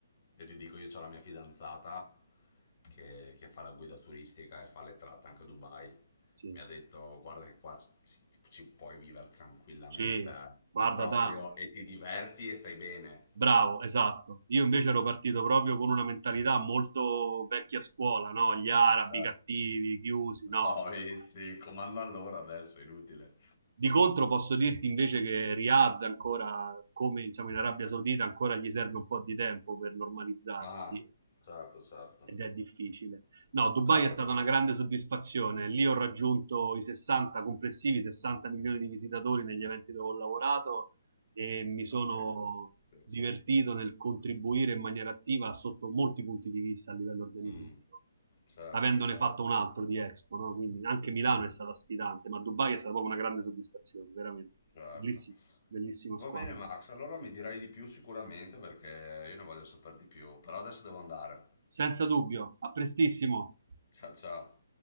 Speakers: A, on the left; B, on the right.
A: Io ti dico, io ho la mia fidanzata che, che fa la guida turistica e fa le tratte anche a Dubai.
B: Sì,
A: Mi ha detto, guarda che qua ci, ci puoi vivere tranquillamente,
B: sì,
A: eh.
B: guarda,
A: ma proprio,
B: da,
A: e ti diverti e stai bene.
B: Bravo, esatto. Io invece ero partito proprio con una mentalità molto vecchia scuola, no? Gli arabi
A: Cioè,
B: cattivi, chiusi,
A: no,
B: no, assolutamente.
A: <laughs> eh sì, comando allora adesso, è inutile.
B: Di contro posso dirti invece che Riyadh ancora, come siamo in Arabia Saudita, ancora gli serve un po' di tempo per normalizzarsi.
A: Ah, certo, certo.
B: ed è difficile. No, Dubai
A: Cavolo,
B: è stata una grande soddisfazione. Lì ho raggiunto i 60 complessivi, 60 milioni di visitatori negli eventi dove ho lavorato e mi sono
A: appeso. Pazzesco.
B: divertito nel contribuire in maniera attiva sotto molti punti di vista a livello organizzativo,
A: Mm, certo,
B: avendone
A: certo.
B: fatto un altro di Expo, no? Quindi anche Milano
A: Mhm.
B: è stata sfidante, ma Dubai è stata proprio una grande soddisfazione, veramente.
A: Certo.
B: Bellissimo, bellissima
A: Va
B: squadra.
A: bene Max, allora mi dirai di più sicuramente perché io ne voglio sapere di più, però adesso devo andare.
B: Senza dubbio, a prestissimo.
A: Ciao ciao.